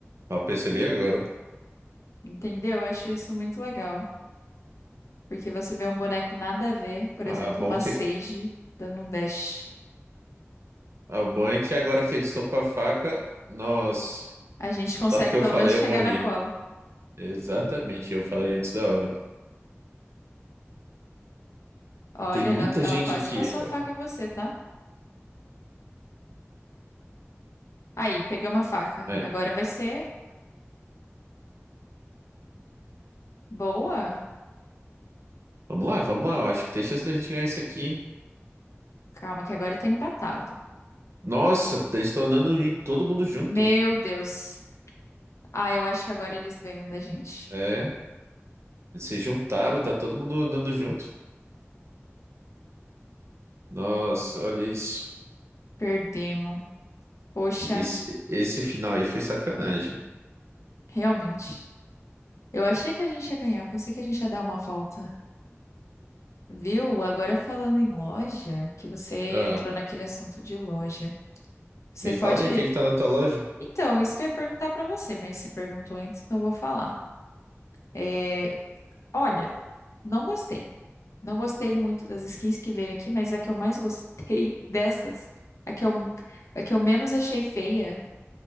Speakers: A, on the right; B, on the left.
A: Ah, Eu percebi agora.
B: Entendeu? Eu acho isso muito legal. Porque você vê um boneco nada a ver, por
A: Ah,
B: exemplo,
A: bom
B: uma
A: que,
B: Sage dando um dash.
A: ah, bom é que agora que eles estão com a faca, nós.
B: A gente consegue
A: Só porque
B: pelo
A: eu falei,
B: menos chegar
A: eu morri.
B: na cola.
A: Exatamente, eu falei antes da hora.
B: Olha,
A: Tem muita
B: ela ela
A: gente
B: quase
A: aqui,
B: passou
A: cara.
B: a faca em você, tá? Aí, pegamos a faca.
A: Aí,
B: Agora vai ser boa.
A: vamos lá, vamos lá. Eu acho que tem chance da gente ganhar isso aqui.
B: Calma, que agora tá empatado.
A: Nossa, eles estão andando de todo mundo junto.
B: Meu Deus. Ah, eu acho que agora eles ganham da gente.
A: É. Eles se juntaram, tá todo mundo andando junto. Nossa, olha isso.
B: Perdemos. Poxa,
A: Esse, esse final aí foi sacanagem.
B: realmente. Eu achei que a gente ia ganhar, eu pensei que a gente ia dar uma volta. Viu? Agora falando em loja, que você
A: Ah,
B: entrou naquele assunto de loja. Você
A: me
B: pode.
A: fala aí o que que tá na tua loja.
B: Então, isso que eu ia perguntar pra você, mas você perguntou antes, então eu vou falar. É, Olha, não gostei. Não gostei muito das skins que veio aqui, mas a que eu mais gostei <laughs> dessas, a que eu, a que eu menos achei feia,